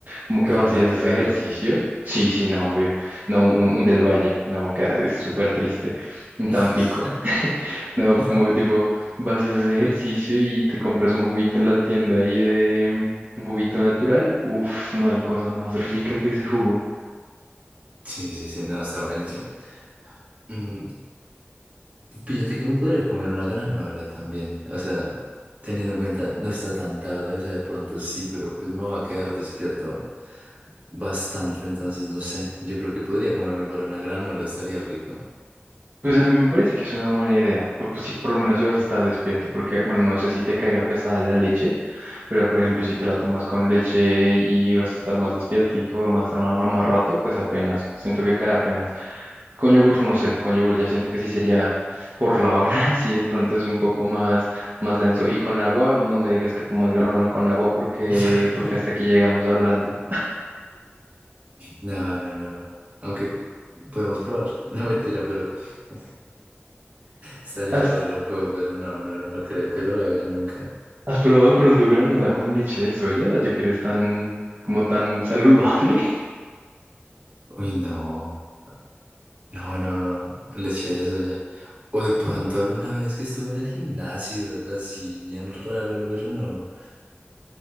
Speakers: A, on the right; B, on the right.
A: ¿Cómo que
B: Pero
A: vacías
B: natural,
A: ese ejercicio?
B: obvio.
A: Sí, sí, no, obvio. No, un, un del Valle, no, que es súper triste. Un
B: <laughs>
A: Tampico. No,
B: No.
A: como tipo, vacías ese ejercicio y te compras un juguito en la tienda ahí de mm, un juguito natural. Uf, no hay cosa más rica que ese jugo.
B: Sí, sí, sí, no, está buenísimo. Mm, Fíjate que me podría comer una granola también. O sea, teniendo en cuenta, no está tan tarde, o sea, de pronto sí, pero pues me va a quedar despierto bastante, entonces no sé. Yo creo que podría comerme igual una granola, estaría rico.
A: Pues a mí me parece que es una buena idea. Pu- Pues, si por lo menos ibas a estar despierto, porque, bueno, no sé si te caiga pesada la leche, pero por ejemplo, si te la tomas con leche y vas a estar más despiertico, más, más, más rato, pues apenas. Siento que cae apenas. Con yogur, no sé, con yogur ya siento que sí sería por la hora, <laughs> si de pronto es un poco más, más denso. Y con agua, no me digas que comas granola con agua porque,
B: <laughs>
A: porque hasta aquí llegamos hablando.
B: No, no, no. Aunque podemos probar. <laughs> No, mentira, pero <laughs> estaría
A: ¿Has,
B: re loco, pero no, no, no creo que lo haga nunca.
A: has probado de pronto granola con leche de soya, ya que eres tan, como tan saludable?
B: Uy, no. No, no, no, no le eché eso ya. O de pronto alguna vez que estuve en el gimnasio, así bien raro, pero no.